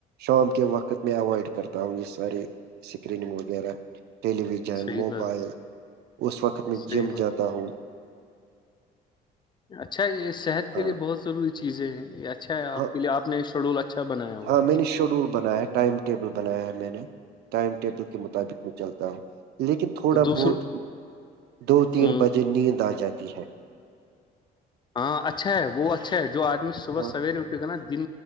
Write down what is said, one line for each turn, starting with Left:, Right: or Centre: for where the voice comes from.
Right: شام کے وقت میں اوائڈ کرتا ہوں یہ ساری سکریننگ وغیرہ ٹیلی ویژن
Left: صحیح
Right: موبائل
Left: بات
Right: اس وقت میں
Left: صحیح
Right: جم
Left: بات
Right: جاتا ہوں
Left: اچھا یہ صحت کے
Right: ہاں
Left: لیے بہت ضروری چیزیں ہیں یہ اچھا ہے آپ
Right: ہاں
Left: کے لی آپ نے شیڈول اچھا بنایا ہوا
Right: ہاں
Left: ہے
Right: میں نے شیڈول بنایا ہے ٹائم ٹیبل بنایا ہے میں نے ٹائم ٹیبل کے مطابق میں چلتا ہوں لیکن تھوڑا
Left: تو دوسر
Right: بہت دو تین
Left: ہاں
Right: بجے نیند آ جاتی ہے
Left: ہاں اچھا ہے وہ اچھا ہے جو آدمی صبح
Right: ہاں
Left: سویرے اٹھ کر نا دن